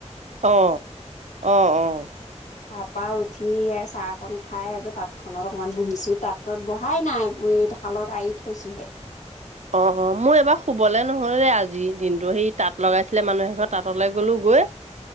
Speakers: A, on the right (about 75°); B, on the left (about 80°).
A: অ'! অ'! অ'!
B: তাৰপৰা উঠি, চাহকন খাই, আকৌ তাঁত খনত অকমান বহিছোঁ। তাঁতত বহাই নাই। <unintelligible> শালত আৰি থৈছোঁহে।
A: অ' অ'! মোৰ এবাৰ শুৱলে নহ'লে আজি, দিনটো। সেই, তাঁত লগাইছিলে মানুহ এঘৰত, তাঁতলৈ গ'লোগৈ।